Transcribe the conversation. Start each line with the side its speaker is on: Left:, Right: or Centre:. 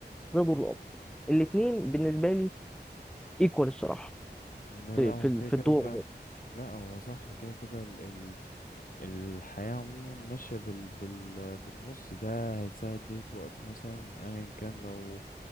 Centre: زي دور
Left: مم.
Centre: الاب الاثنين بالنسبه لي ايكوال الصراحه
Left: لا
Centre: في
Left: لا هو
Centre: في ال-
Left: كده
Centre: في
Left: كده
Centre: الدور
Left: فعلا
Centre: عموما
Left: لا هو صح كده كده ال ال الحياة عموما ماشية بال بال بالنص ده هيتساعد ليه في وقت مثلا أيا كان لو